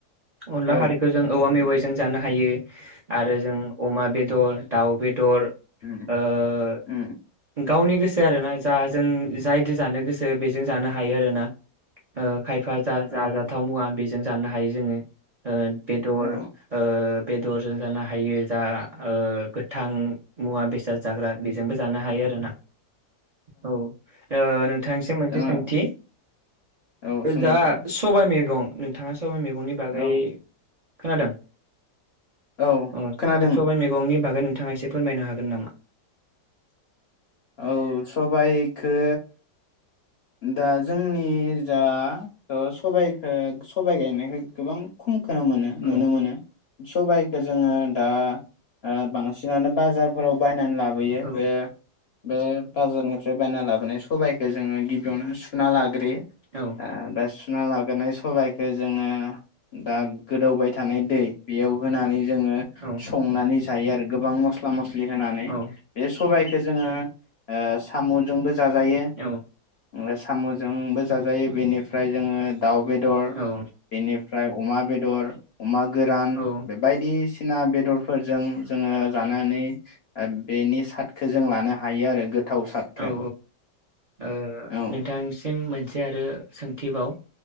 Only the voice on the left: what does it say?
औ
अम
अम
औ
औ
जोङो
औ सोङो
जोङो
औ
औ
खोनादों
औ सबायखो दा जोंनि जा ओ सबायखो-सबाय गायनायखौ गोबां खम खोनो मोनो
नुनो मोनो सबाय जोंङो दा ओ बांसिनानो बाजारफोराव बायना लाबोयो
बे-बे बाजारनि बायना लाबोनाय सबायखौ जोंङो गि बियावनो सुना लाग्रोयो
ओ बे सु ना लाग्रोनाय सबायखौ जोंङो दा गोदौबाय थायो थानाय दै बेयाव होनानै जोङो
संनानै जायो आरो गोबां मस्ला मस्लि होनानै
बे सबायखौ जोङो ओ साम'जों जोंबो जाजायो
ओफ्राय साम'जोंबो जाजायो बेनिफ्राय जोङो दाउ बेदर
बेनिफ्राय अमा बेदर अमा गोरान
बेबायदिसिना ना बेदर फोरजों जोंङो जानानै बेनि साादखौ जों लानो हायो आरो गोथाव सादखौ
औ